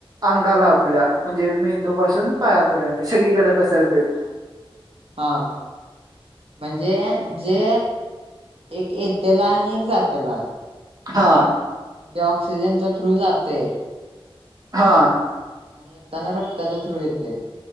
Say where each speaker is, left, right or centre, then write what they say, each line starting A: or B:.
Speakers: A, on the right; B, on the right.
A: अंगाला आपल्या. म्हणजे मेंदू पासून पायापर्यंत सगळीकडे पसर
B: हा, हां. म्हणजे जे एक येतेला. आणि एक जातेला.
A: हा.
B: म्हणजे ऑक्सिजनच्या थ्रू जातंय.
A: हां.
B: आणि येताना रक्ताच्या थ्रू येतंय.